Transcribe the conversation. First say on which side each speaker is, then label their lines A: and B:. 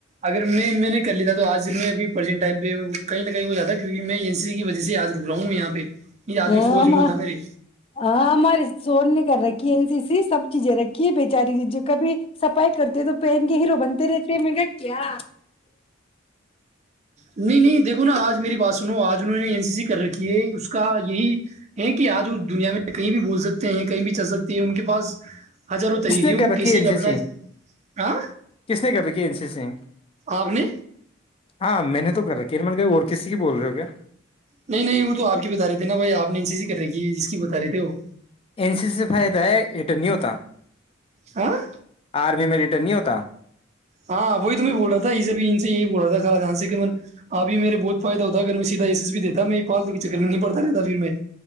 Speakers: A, on the right (about 35°); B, on the left (about 30°).
A: اگر میں میں نے ک لی تھا تو آج ج میں اب پرنٹائم پہ کہیں نہ کہیں ہو جاتا کیکہ میں ا سی سی کی وجہ سے آج رک رہا ہوں یہاں پہ یہ آدمی
B: ہاں
A: فوج میں ہوتا میرے
B: ہاں ہماری سوڑ نہیں کر رہی سی سی سب چیزیں رکھیے بے چاریی کبھی صفائی کرتے ہیں تو پین کے ہیرو بنتے رہتے کیا
A: نہیں نہیں دیکو نا آج میری بات سنو آج انہوں نے این سی سی کر رکھی ہے اس کا یہی ہیں کہ آج اس دنیا میں کہیں بھی بول سکتے ہیں کہیں بھی چل سکتی ہیں ان کے پاس ہزاروں طریقے
B: کس نے
A: ہیں
B: کر
A: وہ
B: رکھی
A: کسی
B: ہے ا
A: بھی اپنا
B: س سی
A: ہاں
B: کس نے کر رکھی ا سی سی
A: آپ نے
B: ہاں میں نے تو کرا ک مل کہ اور کسسی کی بول رہے ہو کیا
A: نہیں نہیں وہ تو آپ کی بتا رہے تھے نا بائی آپ نے ان چیزی کر ریھی جس کی بتا رہے تھے وہ
B: ایین س سی سے فائدہ ہے یہٹر نہیں ہوتا
A: ہاں
B: آرمی ملٹی نہیں ہوتا
A: ہاں وہی تمہیں ب رہ تھا یہب ان سے یہی بول رہا تھا خرا جان سے کہن ابھی میرے بہت فائد ہوتا ہے اگر میں سیدھا ایس بی دیتا میں یہ پال کے چکر میں نہیں پڑتا رہتا پھر میں